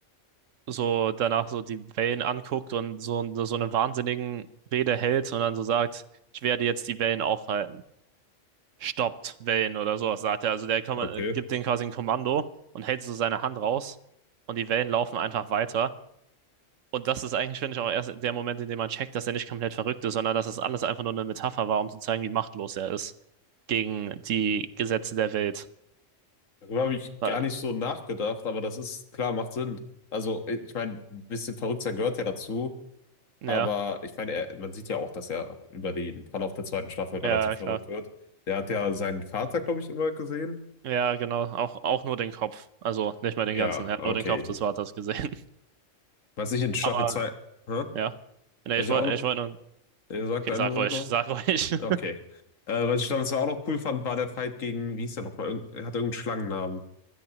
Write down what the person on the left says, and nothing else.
Okay.
Darüber habe ich
gar nicht so nachgedacht, aber das ist klar, macht Sinn. Also, ich meine, ein bisschen verrückt sein gehört ja dazu.
Aber ich meine, er, man sieht ja auch, dass er über den Verlauf der zweiten Staffel
relativ verrückt
wird. Der hat ja seinen Vater, glaube ich, immer gesehen.
Ja,
okay.
Was ich in
Staffel
2 hä?
Was
ich
auch noch,
ihr sagt
einen
Moment
noch?
Okay.
Äh, was ich Staffel 2 auch noch cool fand, war der Fight gegen, wie hieß der nochmal? Irgend, er hat irgendeinen Schlangennamen.